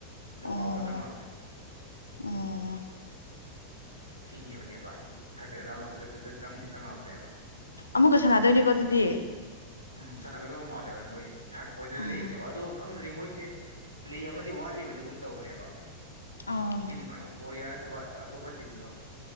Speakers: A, on the right (about 85°); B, on the left (about 75°).
A: ꯅꯣꯛ
B: ꯑꯣ
A: ꯑꯥꯎꯇ ꯆꯪꯉꯛꯑꯕꯅꯦ
B: ꯑꯣ
A: ꯁꯤꯡꯉꯤꯕꯅꯦꯕ ꯊꯥꯔꯇꯤ ꯑꯔꯥꯎꯟ ꯑꯐ ꯊꯥꯔꯇꯤ ꯇꯨꯗ ꯆꯪꯗꯤ ꯆꯪꯉꯕꯅꯦꯕ
B: ꯑꯃꯨꯛꯀ ꯁꯥꯟꯅꯗꯣꯏꯅꯦꯀꯣ ꯑꯗꯨꯗꯤ
A: ꯎꯝ ꯁꯥꯟꯅꯒꯗꯕ ꯃꯥꯜꯂꯦ ꯍꯣꯏ ꯃꯣꯏ ꯊꯥꯔꯠ ꯄꯣꯏꯟꯗꯗꯤ
B: ꯑꯣ
A: ꯂꯩꯕꯅꯦꯕ ꯑꯗꯣ ꯈꯪꯗ꯭ꯔꯗꯤ ꯃꯣꯏ ꯁꯦ ꯄ꯭ꯂꯦ ꯑꯃꯗꯤ ꯋꯥꯠꯂꯤꯕꯅꯤꯒꯨꯝ ꯇꯧꯕꯅꯦꯕ
B: ꯑꯣ
A: ꯇꯤꯝ ꯀꯣꯔꯤꯌꯥ ꯅꯠꯇꯕ ꯑꯇꯣꯞꯄ ꯇꯤꯝꯗꯣ